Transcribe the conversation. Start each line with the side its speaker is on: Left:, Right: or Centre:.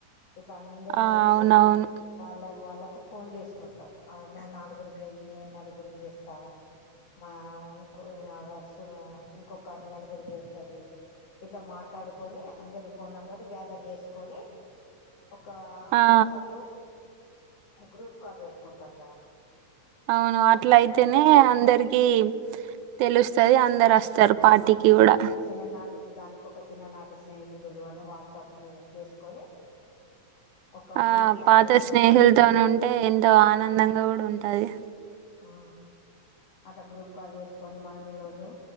Left: ఇట్లా అందరి
Right: ఆ
Left: కలిసి
Right: అవునవును
Left: వాళ్ళ వాళ్ళకు ఫోన్ చేసుకుంటావ్ ఆ నువ్వు నలుగురుగేయి నేను నలుగురికి గేస్తా. మా ఇంకో ఆ వస్తుంది కదా ఇంకొక ఆమె నలుగురికి చేస్తది. ఇట్లా మాట్లాడుకొని అందరి ఫోన్ నెంబర్లు గ్యాదర్ చేసుకొని. ఒక
Right: ఆ
Left: వాట్సాప్ లో ఓ గ్రూప్ కాల్ పెట్టుకుంటాం రా
Right: అవును
Left: వాట్సాప్
Right: అట్లా అయితేనే
Left: ద్వారా
Right: అందరికి తెలుస్తది అందరు వస్తారు
Left: ఆ
Right: పార్టీకి కూడా
Left: చిన్ననాటి దానికి ఒక చిన్ననాటి స్నేహితులు అన్ అని వాట్సాప్ మీద చేసుకొని ఒక
Right: ఆ
Left: గ్రూప్ కాల్
Right: పాత
Left: చేసుకొని
Right: స్నేహిలతో ఉంటే ఎంతో ఆనందంగా కూడా ఉంటది.
Left: ఆ అట్లా గ్రూప్ కాల్ చేసుకొని మనం ఈ రోజు